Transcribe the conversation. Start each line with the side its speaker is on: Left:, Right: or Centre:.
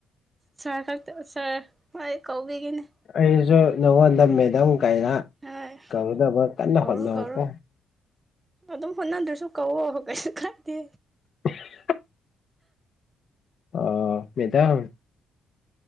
Right: ꯁꯥꯔ ꯈꯛꯇ ꯁꯥꯔ ꯍꯣꯏ ꯀꯧꯕꯤꯒꯅꯤ
Left: ꯑꯩꯁꯨ ꯅꯉꯣꯟꯗ ꯃꯦꯗꯥꯗꯝ ꯀꯔ
Right: ꯍꯣꯏ
Left: ꯀꯧꯗꯕ ꯀꯟꯅ
Right: ꯀꯧꯔꯣ
Left: ꯍꯣꯠꯅꯧꯀꯣ
Right: ꯀꯧꯔꯣ ꯑꯗꯨꯝ ꯍꯣꯠꯅꯗ꯭ꯔꯁꯨ ꯀꯧꯋꯑꯣ ꯀꯩꯁꯨ ꯀꯥꯏꯗꯦ
Left: <inaudible> ꯑꯣ ꯃꯦꯗꯥꯝ